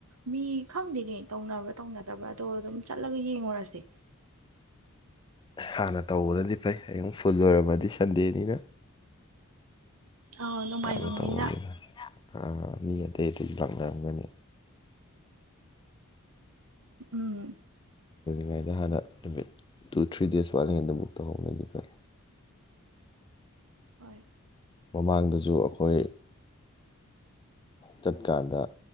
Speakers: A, on the right; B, on the left.
A: ꯃꯤ ꯈꯪꯗꯦꯅꯦ ꯇꯧꯅꯕ꯭ꯔꯥ ꯇꯧꯅꯗꯕ꯭ꯔꯥ ꯑꯗꯣ ꯑꯗꯨꯝ ꯆꯠꯂꯒ ꯌꯦꯡꯉꯨꯔꯁꯦ
B: ꯍꯥꯟꯅ ꯇꯧꯕꯅꯗꯤ ꯐꯩ ꯑꯩꯨꯛ ꯐꯨꯜ ꯂꯣꯏꯔꯝꯃꯗꯤ ꯁꯟꯗꯦꯅꯤꯅ
A: ꯑꯥ ꯅꯣꯡꯃꯥꯏꯖꯥꯡꯅꯤꯅ
B: ꯍꯥꯟꯅ ꯇꯧꯕꯅꯤ ꯑꯥ ꯃꯤ ꯑꯇꯩ ꯑꯇꯩꯗꯤ ꯂꯥꯛꯅꯔꯝꯒꯅꯤ
A: ꯎꯝ
B: ꯇꯉꯩꯗ ꯍꯥꯟꯅ ꯅꯨꯃꯤꯠ ꯇꯨ ꯊ꯭ꯔꯤ ꯗꯦꯖ ꯋꯥꯠ ꯍꯦꯟꯗ ꯕꯨꯛ ꯇꯧꯍꯧꯅꯗꯤ ꯐꯩ
A: ꯍꯣꯏ
B: ꯃꯃꯥꯡꯗꯁꯨ ꯑꯩꯈꯣꯏ ꯆꯠꯀꯥꯟꯗ